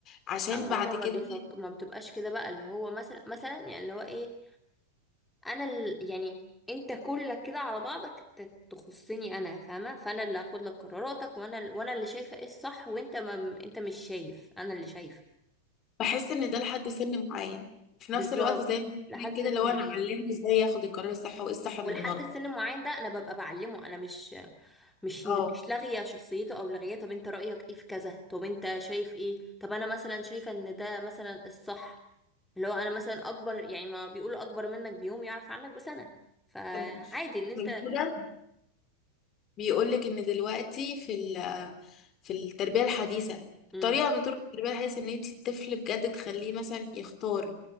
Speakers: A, on the left (about 30°); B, in the centre.
A: عشان
B: لا ماما
A: بعد
B: ما
A: كده
B: بيفك... ما بتبقاش كده بقى اللي هو مثلا مثلا يعني اللي هو ايه انا ال... يعني انت كلك كده على بعضك انت تخصني انا فاهمه فانا اللي هاخد لك قراراتك وانا ال- وانا اللي شايفه ايه الصح وانت ما... انت مش شايف انا اللي شايفه
A: بحس ان ده لحد سن معين في
B: بالظبط
A: نفس الوقت زي ما
B: لحد
A: بقولك
B: سن
A: كده لو
B: معين
A: انا علمه ازاي ياخد القرار الصح وايه الصح من
B: ولحد
A: الغلط
B: السن معين ده انا ببقى بعلمه انا مش مش
A: اه
B: مش لاغيه شخصيته او لاغيه طب انت رايك ايه في كذا طب انت شايف ايه طب انا مثلا شايفه ان ده مثلا الصح اللي هو انا مثلا اكبر يعني ما بيقولوا اكبر منك بيوم يعرف عنك بسنه فعادي
A: عشان
B: ان انت
A: كده بيقول لك ان دلوقتي في ال- في التربيه الحديثه
B: مم.
A: طريقه من طرق التربيه الحديثه ان انت الطفل بجد تخليه مثلا يختار